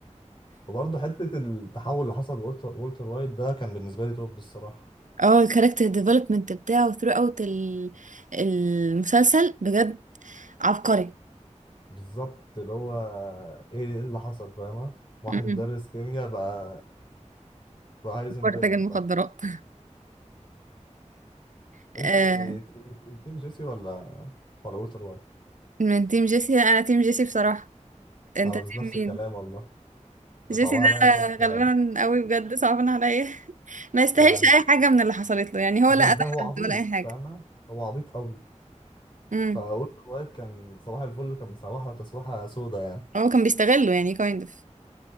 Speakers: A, on the left; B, on the right.
A: وبرضه حتة التحول اللي حصل لولتر وولتر وايت ده كان بالنسبة لي توب الصراحة
B: اه الكاركتر ديفلوبمنت بتاعه ثرو اوت المسلسل بجد عبقري
A: بالظبط اللي هو إيه إيه اللي حصل فاهمة واحد
B: امم
A: مدرس كيمياء بقى بقى هايزنبرج
B: أفكار تاج المخدرات
A: فاهم
B: <laughs>
A: أنت
B: آه
A: ت- ت- تيم جيسي ولا ولا وولتر وايت؟
B: من تيم جيسي لا، انا تيم جيسي بصراحة انت
A: انا
B: تيم
A: بس نفس الكلام
B: مين
A: والله
B: جيسي
A: صعبان
B: ده
A: عليا فشخ
B: غلبان
A: يعني
B: قوي بجد صعبان عليا <laughs> ما يستاهلش
A: يعني
B: اي حاجة من اللي حصلت له يعني هو
A: غلبان
B: لا قتل
A: هو
B: حد
A: عبيط
B: ولا اي حاجة
A: فاهمه هو عبيط قوي
B: امم
A: فقلت الواد كان صباح الفل كان مصباحه تسويحه سودا يعني
B: هو كان بيستغله يعني كايند اوف